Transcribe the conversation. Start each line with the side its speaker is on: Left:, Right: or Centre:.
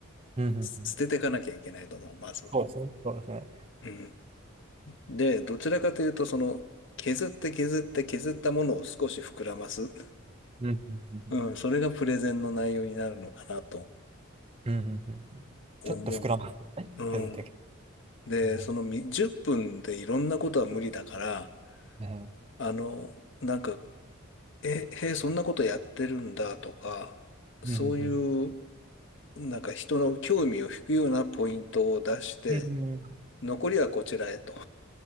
Right: うんうんうん。
Left: 捨捨てていかなきゃいけないと思う、まずは。
Right: そうですね。そうですね。
Left: うん。で、どちらかというと、その、削って削って削ったものを少し膨らます。
Right: うんうんうん
Left: うん、それがプレゼンの内容になるのかなと
Right: うん。うんうんうん。
Left: 思う。
Right: ちょっと膨らますよね。
Left: うん。
Right: 削っていけ。
Left: で、
Right: うん。
Left: そのみ10分でいろんなことは無理だから、
Right: ね
Left: あの、なんか、え、へえ、そんなことやってるんだとか、そういう、
Right: うんうんうん。
Left: なんか人の興味を引くようなポイントを出して、
Right: うんうん。
Left: 残りはこちらへと。